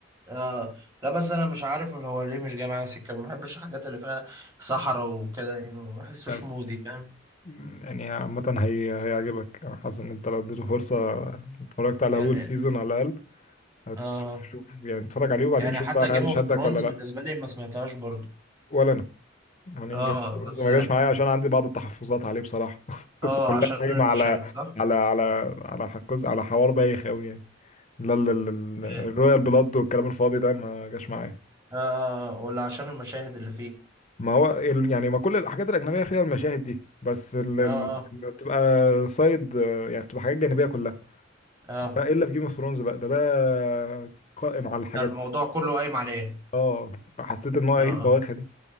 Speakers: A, on the right; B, on the left.
A: اه لا بس انا مش عارف من هو ليه مش جاي معايا سكه ما بحبش الحاجات اللي فيها صحراء وكده يعني ما بحسوش
B: بس
A: مودي فاهم
B: م، يعني عامه هي هيعجبك انا حاسس ان انت لو اديته فرصه اتفرجت على
A: يعني
B: اول سيزون على الاقل هتشوف
A: اه
B: شوف يعني اتفرج عليه وبعدين
A: يعني
B: شوف
A: حتى
B: بقى
A: جيم
B: هل
A: اوف
B: شدك
A: ثرونز
B: ولا لا
A: بالنسبه لي ما سمعتهاش برضو
B: ولا انا يعني
A: اه
B: جيمس بوند
A: بس
B: ما
A: اه
B: جاش معايا عشان عندي بعض التحفظات عليه بصراحة <laughs>
A: آه،
B: القصة كلها
A: عشان
B: قايمة
A: المشاهد
B: على
A: صح
B: على على على حكوز على حوار بايخ أوي يعني لا ال- ال- ال-
A: اه
B: الرويال بلاد والكلام الفاضي ده ما جاش معايا
A: آه، ولا عشان المشاهد اللي فيه
B: ما هو ال- يعني ما كل الحاجات الأجنبية فيها المشاهد دي بس ال...
A: اه
B: ال...
A: اه
B: بتبقى سايد يعني بتبقى حاجات جانبية كلها
A: اه
B: لا إلا في جيم اوف ثرونز بقى ده ده قائم على الحاجات
A: لا، الموضوع
B: دي
A: كله قايم عليه
B: اه فحسيت إن هو
A: اه
B: إيه
A: اه
B: البواخة دي